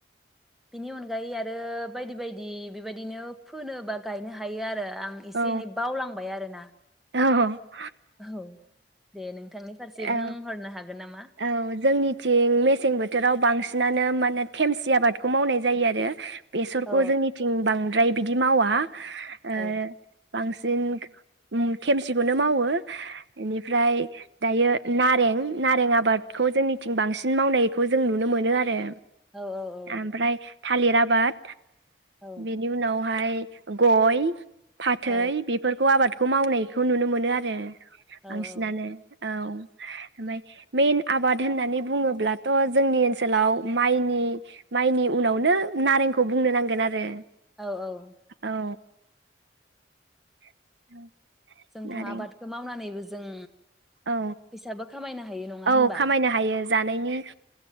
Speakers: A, in the centre; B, on the right.
A: बेनि अनगायै आरो बायदि बायदि बेबायदिनो फोनो बा गायनो हायो आरो आं एसे
B: औ
A: एनै बावलांबाय आरोना
B: <inaudible>
A: औ दे नोंथांनि फारसे बुंहरनो
B: औ
A: हागोन नामा
B: औ जोंनिथिं मेसें बोथोराव बांसिनानो माने थेमसि आबादखौ मावनाय जायो आरो बेसरखौ
A: औ
B: जोंनिथिं बांद्राय बिदि मावा आरो
A: औ
B: बांसि उम खेमसेखौनो मावो बेनिफ्राय दायो नारें नारें आबादखौ जोंनिथिं बांसिन मावनायखौ जों नुनो मोनो आरो
A: औ औ औ
B: ओमफ्राय थालिर आाबाद
A: औ
B: बेनि उनावहाय गय फाथै
A: औ
B: बेफोरखौ आबाद खौ मावनायखौ नुनो मोनो आरो
A: औ
B: बांसिनानो औ ओमफ्राय मेन आबाद होननानै बुङोब्लाथ जोंनि ओनसोलाव माइनि माइनि उनावनो नारेंखौ बुंनो नांगोन आरो
A: औ औ
B: औ <inaudible>
A: जोंथ
B: नारें
A: आबादखौ मावनानैबो जों
B: औ
A: फैसाबो खामायनो हायो नङा
B: औ
A: होनबा
B: खामायनो हायो जानायनि